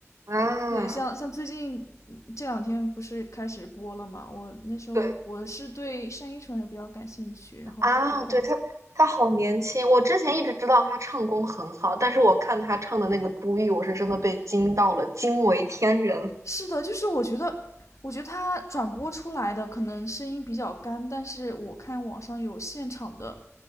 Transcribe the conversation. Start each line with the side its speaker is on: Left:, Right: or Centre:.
Right: 啊，
Left: 对，像像最近嗯这两天不是开始播了嘛？我那时候我是对单依纯还比较感兴趣，
Right: 对
Left: 然后就去看一下。
Right: 啊，对她她好年轻，我之前一直知道她唱功很好，但是我看她唱的那个《朱玉》，我是真的被惊到了，惊为天人。
Left: 是的，就是我觉得，我觉得他转播出来的可能声音比较干，但是我看网上有现场的